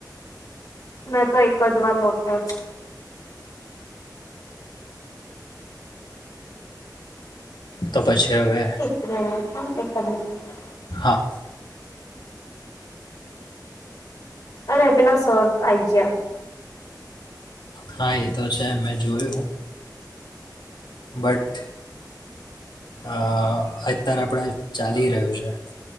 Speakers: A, on the left (about 55°); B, on the left (about 75°).
A: મે તો એક જ વાર લોખ્યા છ.
B: તો પછી અવે?
A: <unintelligible>
B: હા.
A: અરે પેલા સર આઈ જિયા.
B: હા એતો છે મે જોયું. બટ, અ એતાર આપળે ચાલી રયુ છે.